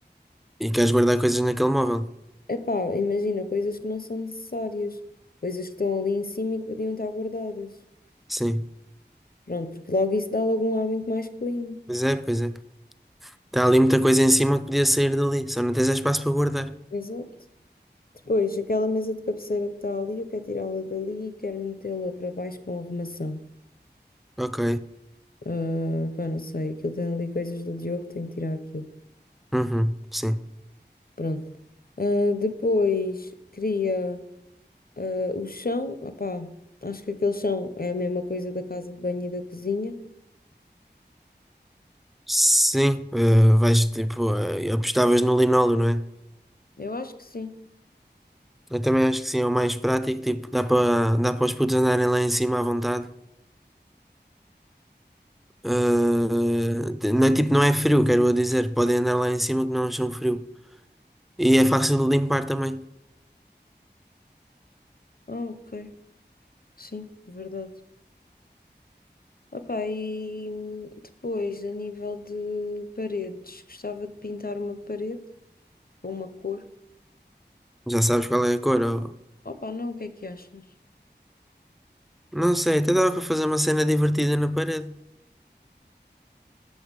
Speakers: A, in the centre; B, on the left (about 55°).
A: E queres guardar coisas naquele móvel.
B: Epá, imagina, coisas que não são necessárias, coisas que estão ali em cima e que podiam estar guardadas.
A: Sim,
B: Pronto, porque logo isso dá logo um ar muito mais clean.
A: pois é, pois é. Está ali muita coisa em cima que podia sair dali. Só não tens espaço para guardar.
B: Exato. Depois, aquela mesa de cabeceira que está ali, eu quero tirá-la dali e quero metê-la para baixo com arrumação.
A: Ok,
B: Ah, pá, não sei, aquilo tem ali coisas do Diogo, tenho que tirar aquilo.
A: uhum. Sim.
B: Pronto. Ah, depois, queria ah, o chão, opá, acho que aquele chão é a mesma coisa da casa de banho e da cozinha.
A: Sim, eh, vais tipo, eh, apostavas no linóleo, não é?
B: Eu acho que sim.
A: Eu também acho que sim, é o mais prático. Tipo, dá para dá para os putos andarem lá em cima à vontade. Ah, não é tipo, não é frio, quero eu dizer. Podem andar lá em cima que não acham frio. E é fácil de limpar também.
B: Ah, ok. Sim, verdade. Opa, e hum, depois, a nível de paredes, gostava de pintar uma parede ou uma cor.
A: Já sabes qual é a cor. ou-
B: Opa, não, o que é que achas?
A: Não sei, até dava para fazer uma cena divertida na parede.